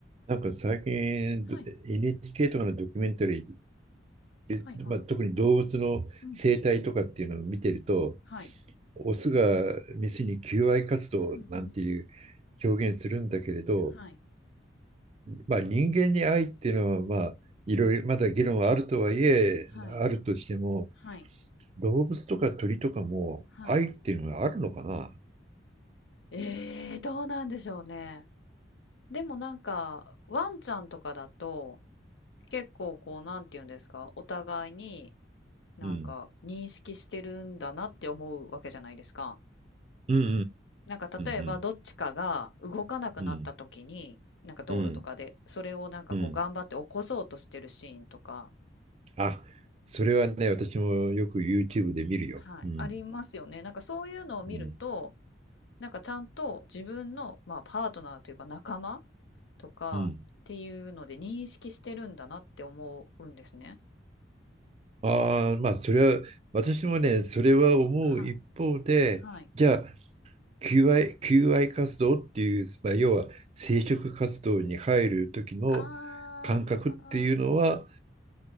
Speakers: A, on the right (about 35°); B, on the left (about 75°).
A: なんか最近 NHK
B: はい。
A: とかのドキュメンタリー、
B: はいはい。
A: まあ、特に動物の生態とかっていうのを見てると、
B: うん。はい。
A: オスがメスに求愛活動なんていう
B: うんうん。
A: 表現するんだけれど、
B: はい。
A: まあ、人間に愛っていうのは、まあ、いろいろまだ議論はあるとはいえ、
B: うん。はい。
A: あるとしても、
B: はい。
A: 動物とか鳥とかも愛っていうのはあるのかな
B: はい。えー、どうなんでしょうね。でもなんか、ワンちゃんとかだと、結構こう、なんていうんですか、お互いになんか認識してるんだなって思うわけじゃないですか。
A: うん、うん、うん、
B: なんか例えば、
A: うん、
B: どっちかが動かなくなった時に、
A: うん、うん、
B: なんか道路とかで、
A: うん、
B: それをなんかこう、
A: うん、うん、うん、うん、
B: 頑張って起こそうとしてるシーンとか、
A: あ、それはね、私もよく YouTube で見るよ。
B: はい、
A: うん。
B: ありますよね。なんかそういうのを見ると、
A: うん。
B: なんかちゃんと自分の、まあ、パートナーというか仲間とかっていうので認識してるんだなって思うんですね。
A: うん。ああ、まあ、それは、私もね、それは思う一方で、
B: はい。はい。
A: じゃあ、求愛、求愛活動っていう、まあ、要は生殖活動に入る時の
B: あー、
A: 感覚っていうのは、